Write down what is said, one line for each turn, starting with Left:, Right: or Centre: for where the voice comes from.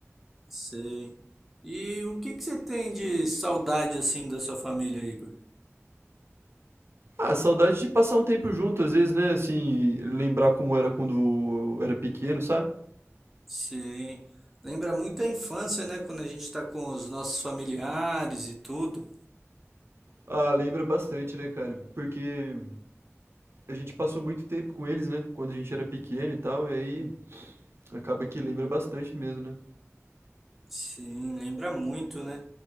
Centre: Sei. E o que que você tem de saudade assim da sua família, Igor?
Right: Ah, saudade de passar um tempo junto, às vezes, né, assim, lembrar como era quando eu era pequeno, sabe?
Centre: Sim. Lembra muito a infância, né? Quando a gente tá com os nossos familiares e tudo.
Right: Ah, lembra bastante, né, cara? Porque a gente passou muito tempo com eles, né, quando a gente era pequeno e tal, e aí acaba que lembra bastante mesmo, né?
Centre: Sim, lembra muito, né?